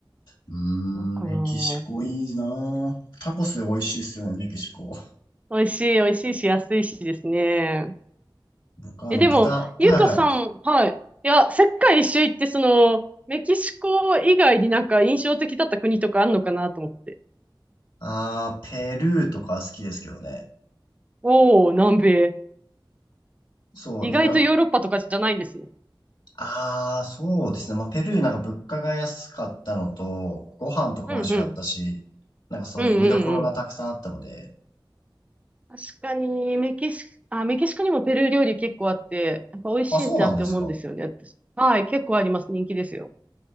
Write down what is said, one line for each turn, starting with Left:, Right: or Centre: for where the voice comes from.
Left: うー
Right: なんかな
Left: ん、メキシコいいなぁ。タコス美味しいっすよね、メキシコ。
Right: あ美味しい、美味しいし、安いしですね。
Left: 僕はあの豚、
Right: え、でも、
Left: はいはい。
Right: ゆうとさん、はい。いや、世界一周行って、その、メキシコ以外になんか印象的だった国とかあんのかなと思って。
Left: あー、ペルーとか好きですけどね。
Right: おー、南米。
Left: そう、
Right: 意外とヨーロッパとかじゃないんですね。
Left: でな、あー、そうですね。まあ、ペルーなんか物価が安かったのと、ご飯とか美味しかったし、
Right: うんうん。
Left: なんかそういう見どころがたくさんあったので。
Right: うんうん確かに、メキシ、あ、メキシコにもペルー料理結構あって、やっぱ美味しいなって思うんですよね、
Left: あ、そうなんですか。
Right: 私。はい、結構あります。人気ですよ。